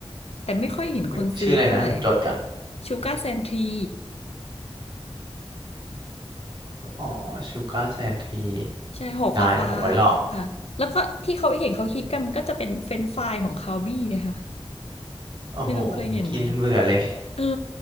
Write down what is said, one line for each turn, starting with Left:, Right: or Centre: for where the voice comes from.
Left: แต่ไม่ค่อยเห็นคนซื้อเท่าไหร่
Right: เอ้ยชื่ออะไรนะผมจดกัน
Left: ชูการ์แซนที
Right: อ๋อชูการ์แซนที
Left: ใช่ห่อฟ้าฟ้า
Right: ได้ผมไว้ลอง
Left: ค่ะแล้วก็ที่เขาเห็นเขาฮิตกันมันก็จะเป็นเฟรนช์ฟรายของคาวบี้เนะคะ
Right: โอ้โหผมกินจนเบื่อเลย
Left: ไม่รู้เคยเห็นไหมเออ